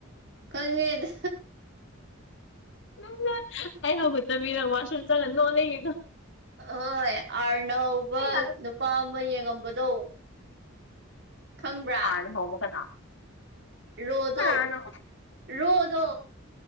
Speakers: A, on the right; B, on the left.
A: ꯈꯪꯉꯦ
B: ꯅꯪꯅ ꯑꯩ ꯍꯧꯒꯠꯇꯕꯤꯗ ꯋꯥꯁꯔꯨꯝ ꯆꯪꯒ ꯅꯣꯛꯑ ꯂꯩꯒꯤꯕꯗꯣ
A: ꯑꯍꯣꯏ ꯑꯥꯔ ꯅ ꯍꯧꯕ
B: ꯑꯩ ꯌꯥꯝ
A: ꯅꯨꯄꯥ ꯑꯃ ꯌꯦꯡꯉꯝꯕꯗꯣ ꯈꯪꯕ꯭ꯔꯥ
B: ꯑꯥꯔ ꯅ ꯍꯧꯕ ꯀꯅꯥ
A: ꯔꯣꯗꯣ
B: ꯀꯅꯥꯅꯣ
A: ꯔꯣꯗꯣ